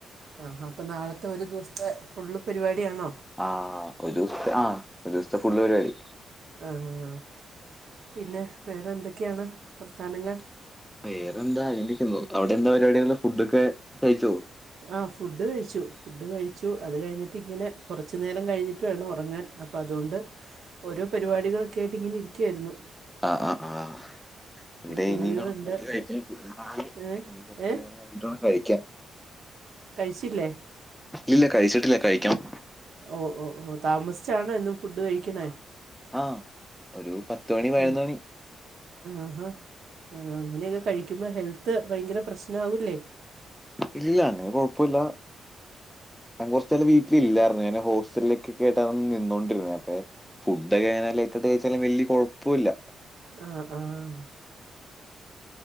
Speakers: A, on the right (about 70°); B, in the centre.
A: ആഹ് അപ്പം നാളത്തെ ഒരു ദിവസത്തെ ഫുള്ള് പരിപാടിയാണോ
B: ആഹ് ഒരു ദിവസത്തെ ആഹ് ഒരു ദിവസത്തെ ഫുള്ള് പരിപാടി
A: ആഹ് ഹ ഹ പിന്നെ വേറെ എന്തെക്കെയാണ് വർത്താനങ്ങൾ
B: വേറെന്താ ഇങ്ങനിരിക്കുന്നു അവിടെ എന്താ പരിപാടിയുള്ളെ ഫുഡ് ഒക്കെ കയ്ച്ചോ
A: ആഹ് ഫുഡ് കഴിച്ചു ഫുഡ് കഴിച്ചു അത് കഴിഞ്ഞിട്ട് ഇങ്ങനെ കൊറച്ച് നേരം കഴിഞ്ഞിട്ട് വേണം ഒറങ്ങാൻ അപ്പം അതുകൊണ്ട് ഓരോ പരിപാടികളൊക്കെ ആയിട്ട് ഇങ്ങനെ ഇരിക്കുവായിരുന്നു
B: ആഹ് ആഹ് ആഹ് ഇവിടെ
A: ജോലികളുണ്ട്
B: ഇനി വേണം ഫുഡ്‌ കഴിക്കാൻ <unintelligible> ആയി
A: ഏ
B: ഇനി കൊറച്ചു
A: ഏ
B: നേരം കഴിഞ്ഞിട്ട് വേണം കഴിക്കാം
A: കഴിച്ചില്ലേ
B: ഇല്ല കഴിച്ചിട്ടില്ല കഴിക്കണം
A: ഓ ഓ ഓ താമസിച്ചാണ് എന്നും ഫുഡ് കഴിക്ക്‌ണേ
B: ആ ഒരു പത്ത്മണി പയിനൊന്ന്
A: അങ്ങനെ
B: മണി
A: ആഹാ അങ്ങനെയൊക്കെ കഴിക്കുമ്പോൾ ഹെൽത്ത് ഭയങ്കര പ്രശ് നാ വില്ലേ
B: ഇല്ല അങ്ങനെ കൊഴപ്പില്ല ഞാൻ കുറച്ചാ വീട്ടില ഇില്ലായിരുന്നു ഞാൻ ഹോസ്റ്റലിലേക്കെ കേട്ടാ നിന്നുകോണ്ടിരുന്നത് അപ്പൊ ഫുഡ്ക്കെങ്ങനെ കഴിക്കേണ്ട വച്ചാലും വലിയ കുഴപ്പമില്ല
A: ആഹ് ആഹ് ആഹ്